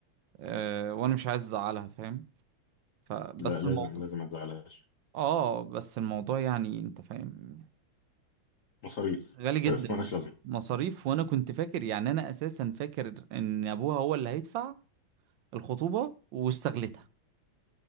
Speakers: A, on the right (about 70°); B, on the left (about 55°).
A: آه وانا مش عايز ازعلها فاهم فبس
B: لا لازم
A: الموضوع
B: لازم ما تزعلهاش
A: اه بس الموضوع يعني انت فاهم
B: مصاريف
A: غالي جدا
B: مصاريف مالهاش لازمه
A: مصاريف وانا كنت فاكر يعني انا اساسا فاكر ان ابوها هو اللي هيدفع الخطوبه واستغلتها